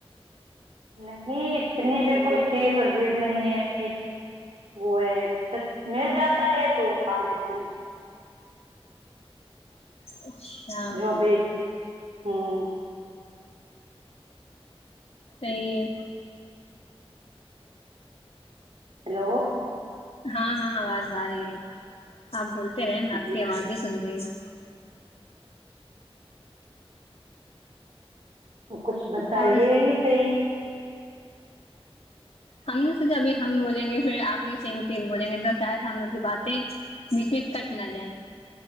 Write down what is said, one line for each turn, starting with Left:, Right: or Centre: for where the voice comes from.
Right: نہیں اتنی بھی کوئی چیز عزیز نہیں ہے کہ وہ ہے مل جاتا ہے تو کھا لیتی ہوں
Left: اچھا
Right: جو بھی ہوں
Left: صحیح ہے
Right: ہیلو
Left: ہاں ہاں آواز آ رہی ہے آپ بولتے رہے میں آپ
Right: جی
Left: کی آواز ہی سن رہی ہوں
Right: وہ کچھ بتائیے
Left: اور
Right: ہی صحی
Left: ہم نے سے ج ابھی ہم بولیں گے پھر آپ بھی سیم چیز بولیں گے تو شاید ہم لوگ کی باتیں م پ کٹنا جائے